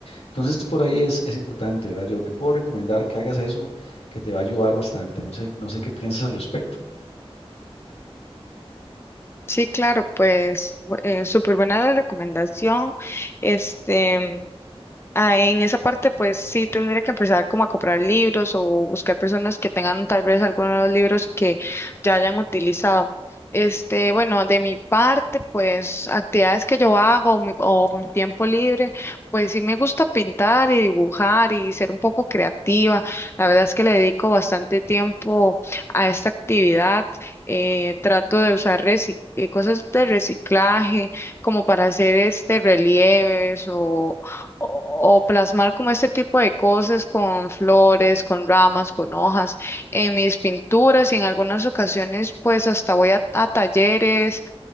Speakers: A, on the left; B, on the left.
A: Entonces por ahí es, es importante, ¿verdad? Yo te puedo recomendar que hagas eso, que te va a ayudar bastante. No sé, no sé qué piensas al respecto.
B: Sí, claro, pues bu- eh, súper buena la recomendación. Este. Ah, en esa parte, pues sí tendría que empezar como a comprar libros o buscar personas que tengan tal vez algunos de los libros que ya hayan utilizado. Este, bueno, de mi parte, pues actividades que yo hago mi- o en tiempo libre, pues sí me gusta pintar y dibujar y ser un poco creativa. La verdad es que le dedico bastante tiempo a esta actividad. Eh, trato de usar reci- eh, cosas de reciclaje como para hacer este relieves o o, o plasmar como este tipo de cosas con flores, con ramas, con hojas en mis pinturas y en algunas ocasiones pues hasta voy a, a talleres,